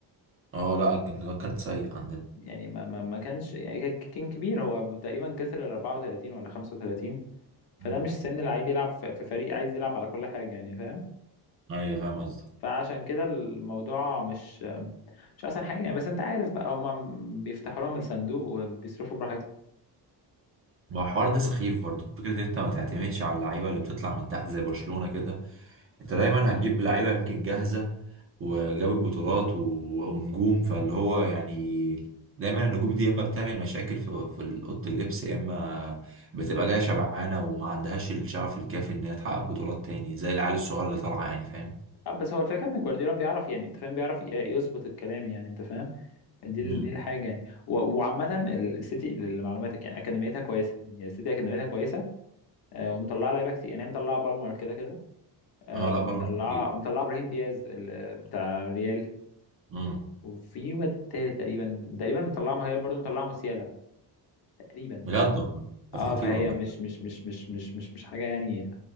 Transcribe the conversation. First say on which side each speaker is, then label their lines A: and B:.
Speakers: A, on the right; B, on the left.
A: اه لا كان كان سيء عندنا
B: يعني ما ما ما كانش يعني كان كان كبير هو تقريبا كسر ال 34 ولا 35 فده
A: أمم.
B: مش سن لعيب يلعب في في فريق عايز يلعب على كل حاجة يعني فاهم
A: ايوه فاهم قصدك
B: فعشان كده الموضوع مش مش احسن حاجة يعني بس انت عارف بقى هما بيفتحوا لهم الصندوق وبيصرفوا براحتهم
A: ما هو الحوار ده سخيف برضو فكرة ان انت ما تعتمدش على اللعيبة اللي بتطلع من تحت زي برشلونة كده انت دايما هتجيب لعيبة يمكن جاهزة وجابت بطولات و... ونجوم فاللي هو يعني دايما النجوم دي يا اما بتعمل مشاكل في في اوضه اللبس يا اما بتبقى جايه شبعانه وما عندهاش الشغف الكافي ان هي تحقق بطولات تاني زي العيال الصغيره اللي طالعه يعني فاهم
B: آه، بس هو الفكره ان جوارديولا بيعرف يعني انت فاهم بيعرف ي- يظبط الكلام يعني انت فاهم دي ال-
A: امم
B: دي الحاجه يعني و- وعامه السيتي لمعلوماتك يعني اكاديميتها كويسه يعني السيتي اكاديميتها كويسه آه، ومطلعه لعيبه كتير يعني هي مطلعه بالمر كده كده آه،
A: اه لا
B: ومطلعه
A: بره خطير
B: ومطلعه ابراهيم دياز ال- بتاع ريال
A: امم
B: وفي واد تالت تقريبا تقريبا مطلعه ما هي برضه مطلعه موسيالا تقريبا
A: بجد والله طب
B: اه
A: خطير
B: فهي
A: والله
B: مش مش مش مش مش مش مش حاجه يعني